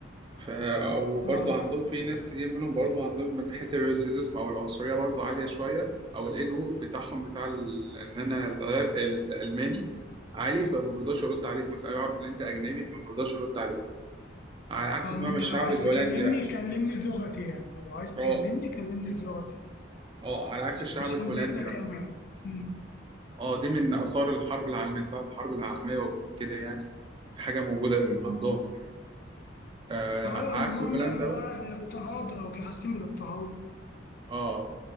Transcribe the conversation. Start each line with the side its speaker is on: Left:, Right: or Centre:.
Right: ف... وبرضه
Left: اه
Right: عندهم في ناس كتير منهم برضه عندهم من ناحية الريسيزم أو العنصرية برضه عالية شوية أو الإيجو بتاعهم بتاع ال... إن أنا الغير الألماني عالي فما بيرضاش يرد عليك مثلا يعرف إن أنت أجنبي فما بيرضاش يرد عليك على عكس
Left: اه
Right: تمام
Left: إن أنت
Right: الشعب
Left: لو عايز
Right: الهولندي
Left: تكلمني
Right: بقى
Left: كلمني بلغتي يعني لو عايز تكلمني
Right: أه
Left: كلمني بلغتي
Right: أه على عكس الشعب
Left: مش
Right: الهولندي
Left: هنزل لك
Right: مثلا
Left: أنا م.
Right: أه دي من آثار الحرب العالمية من ساعة الحرب العالمية وكده يعني في حاجة موجودة إن عندهم آه
Left: اه
Right: عكس
Left: آه، نوع
Right: هولندا
Left: من أنواع الاضطهاد أو كده، حاسين بالاضطهاد
Right: اه